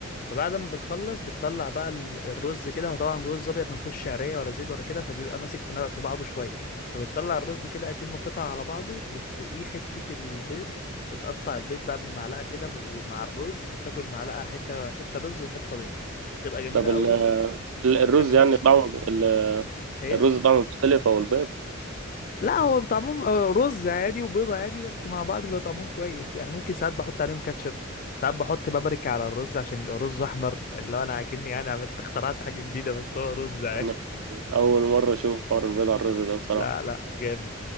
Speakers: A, on the left (about 40°); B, on the right (about 70°).
A: فبعد ما بتخلص بتطلع بقى ال- الرز كده هو طبعا رز ابيض ما فيهوش شعريه ولا زيت ولا كده فبيبقى ماسك في نا- في بعضه شويه فبتطلع الرز كده اكنه قطع على بعضه وفوقيه حته البيض بتقطع البيض بقى بالمعلقه كده ب- ومع الرز فبتاكل المعلقه حته حته رز وحته بيض بتبقى جميله
B: طب
A: قوي
B: ال- ال-
A: وما
B: الرز
A: بتكلفكش
B: يعني طعمه
A: حاجه
B: ب- ال-
A: ايه
B: الرز طعمه مختلف أو البيض
A: لا هو طعمهم آه، رز عادي وبيضة عادي بس مع بعض بيبقى طعمهم كويس يعني ممكن ساعات بحط عليهم كاتشب ساعات بحط بابريكا على الرز عشان يبقى رز احمر اللي هو انا كأني انا عملت اخترعت حاجة جديدة بس هو رز عادي
B: أنا أول مرة أشوف حوار البيض على الرز ده بصراحة
A: لا لا جامد